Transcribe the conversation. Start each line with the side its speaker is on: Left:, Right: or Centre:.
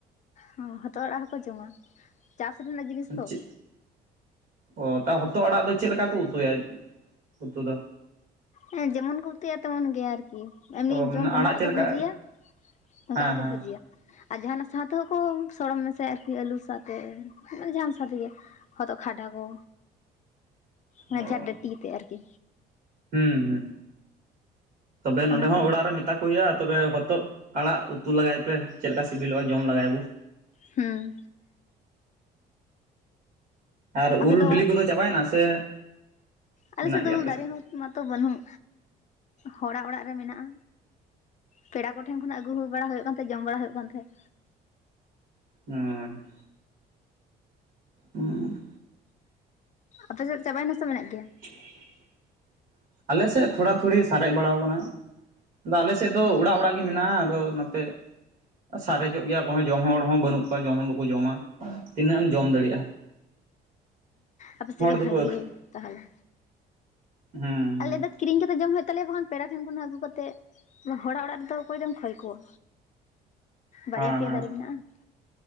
Left: ᱦᱚᱸ ᱦᱚᱛᱚᱜ ᱚᱲᱟᱜ ᱦᱚᱸᱠᱚ ᱡᱚᱢᱟ᱾ ᱪᱟᱥ ᱨᱮᱱᱟᱜ ᱡᱤᱱᱤᱥ ᱛᱚ᱾
Right: ᱪᱮᱫ ᱚ ᱦᱚᱛᱚᱜ ᱟᱲᱟᱜ ᱫᱚ ᱪᱮᱫ ᱞᱮᱠᱟ ᱠᱚ ᱩᱛᱩᱭᱟ ᱩᱛᱩ ᱫᱚ?
Left: ᱦᱮᱸ ᱡᱮᱢᱚᱱ ᱠᱚ ᱩᱛᱩᱭᱟ ᱛᱮᱢᱚᱱ ᱜᱮ ᱟᱹᱨᱠᱤ᱾ ᱮᱢᱱᱤ
Right: ᱚ
Left: ᱡᱮᱢᱚᱱ
Right: ᱢᱟᱱᱮ
Left: ᱠᱚᱸᱰᱷᱟ
Right: ᱟᱲᱟᱜ
Left: ᱟᱲᱟᱝ
Right: ᱪᱮᱫ
Left: ᱠᱚ
Right: ᱞᱮᱠᱟ
Left: ᱵᱷᱟᱹᱡᱤᱭᱟ ᱚᱝᱠᱟ
Right: ᱦᱮᱸ
Left: ᱜᱮᱠᱚ
Right: ᱦᱮᱸ
Left: ᱵᱷᱟᱹᱡᱤᱭᱼᱟ᱾ ᱟᱨ ᱡᱟᱦᱟᱱᱟᱜ ᱥᱟᱶ ᱛᱮᱦᱚᱸ ᱠᱚ ᱥᱚᱲᱚᱢ ᱢᱮᱥᱟᱭᱼᱟ ᱟᱨᱠᱤ᱾ ᱟᱹᱞᱩ ᱥᱟᱶᱛᱮ ᱢᱟᱱᱮ ᱡᱟᱦᱟᱱ ᱥᱟᱶ ᱛᱮᱜᱮ᱾ ᱦᱚᱛᱚᱜ ᱠᱷᱟᱰᱟ ᱠᱚ᱾ ᱢᱟᱱᱮ
Right: ᱚ
Left: ᱡᱟ ᱰᱟᱹᱴᱤ ᱛᱮᱜ ᱟᱨᱠᱤ᱾
Right: ᱦᱩᱸ ᱦᱩᱸ᱾ ᱛᱚᱵᱮ ᱱᱚᱸᱰᱮ
Left: ᱚᱱᱟ
Right: ᱦᱚᱸ
Left: ᱠᱚ
Right: ᱚᱲᱟᱜ ᱨᱮ ᱢᱮ ᱢᱮᱛᱟ ᱠᱚ ᱦᱩᱭᱩᱜᱼᱟ, ᱛᱚᱵᱮ ᱦᱚᱛᱚᱫ ᱟᱲᱟᱜ ᱩᱛᱩ ᱞᱟᱜᱟᱭ ᱯᱮ ᱪᱮᱫ ᱞᱮᱠᱟ ᱥᱤᱵᱤᱞᱚᱜᱼᱟ? ᱡᱚᱢ ᱞᱟᱜᱟᱭ ᱵᱚ᱾
Left: ᱦᱩᱸ᱾
Right: ᱟᱨ
Left: ᱟᱯᱮ
Right: ᱩᱞ
Left: ᱫᱚ
Right: ᱵᱤᱞᱤ
Left: ᱚᱲᱟᱜ
Right: ᱠᱚᱫᱚ ᱪᱟᱵᱟᱭᱮᱱᱟ ᱥᱮ
Left: ᱟᱞᱮᱥᱮᱫ
Right: ᱢᱮᱱᱟᱜ
Left: ᱫᱚ
Right: ᱜᱮᱭᱟ ᱟᱯᱮ
Left: ᱩᱞ ᱫᱟᱨᱮ
Right: ᱥᱮᱫ?
Left: ᱦᱚᱸ ᱢᱟᱛᱚ ᱵᱟᱹᱱᱩᱜ᱾ ᱦᱚᱲᱟᱜ ᱚᱲᱟᱜ ᱨᱮ ᱢᱮᱱᱟᱜᱼᱟ᱾ ᱯᱮᱲᱟ ᱠᱚᱴᱷᱮᱱ ᱠᱷᱚᱱᱟᱜ ᱟᱹᱜᱩ ᱦᱩ ᱵᱟᱲᱟ ᱦᱳᱭᱳᱜ ᱠᱟᱱ ᱛᱟᱦᱮᱸᱜ᱾ ᱡᱚᱢ ᱵᱟᱲᱟ ᱦᱳᱭᱳᱜ ᱠᱟᱱ ᱛᱟᱦᱮᱸᱫ᱾
Right: ᱦᱩᱸ ᱦᱩᱸ
Left: ᱟᱯᱮ ᱥᱮᱫ ᱪᱟᱵᱟᱭ ᱮᱱᱟ ᱥᱮ ᱢᱮᱱᱟᱜ ᱜᱮᱭᱟᱻ
Right: <inaudible> ᱟᱞᱮᱥᱮᱫ ᱛᱷᱚᱲᱟ ᱛᱷᱩᱲᱤ ᱥᱟᱨᱮᱡ ᱵᱟᱲᱟᱣ ᱠᱟᱱᱟ᱾ ᱟᱫᱚ ᱟᱞᱮ ᱥᱮᱫ ᱫᱚ
Left: ᱚ
Right: ᱚᱲᱟᱜ ᱚᱲᱟᱜ ᱢᱮᱱᱟᱜᱼᱟ, ᱟᱫᱚ ᱱᱚᱛᱮ ᱥᱟᱨᱮᱡᱚᱜ ᱜᱮᱭᱟ᱾ ᱟᱠᱚᱭ ᱦᱚᱸ ᱡᱚᱢ ᱦᱚᱲ ᱦᱚᱸ ᱵᱟᱹᱱᱩᱜ ᱠᱚᱣᱟ᱾ ᱡᱚᱢ ᱦᱚᱸ ᱵᱟᱠᱚ ᱡᱚᱢᱟ ᱛᱤᱱᱟᱹᱜ ᱮᱢ ᱡᱚᱢ ᱫᱟᱲᱮᱜᱼᱟ?
Left: ᱟᱯᱮ ᱥᱮᱜ ᱜᱮ
Right: ᱫᱚᱠᱚ
Left: ᱵᱷᱟᱹᱜᱮ ᱛᱟᱦᱚᱞᱮ᱾
Right: ᱦᱩᱸ ᱦᱩᱸ
Left: ᱟᱞᱮ ᱫᱚ ᱠᱤᱨᱤᱧ ᱠᱟᱛᱮᱜ ᱡᱚᱢ ᱦᱳᱭᱳᱜ ᱛᱟᱞᱮᱭᱟ, ᱵᱟᱝᱠᱷᱟᱱ ᱯᱮᱲᱟ ᱴᱷᱮᱱ ᱠᱷᱚᱱ ᱦᱚᱸ ᱟᱹᱜᱩ ᱠᱟᱛᱮᱜ ᱦᱚᱲᱟᱜ ᱚᱲᱟᱜ ᱨᱮ ᱫᱚ ᱚᱠᱚᱭ ᱫᱚᱢ ᱠᱷᱚᱭ ᱠᱚᱣᱟ᱾ ᱵᱟᱨᱭᱟ
Right: ᱦᱮᱸ
Left: ᱯᱮᱭᱟ
Right: ᱦᱮᱸ
Left: ᱫᱟᱨᱮ ᱢᱮᱱᱟᱜᱼᱟ᱾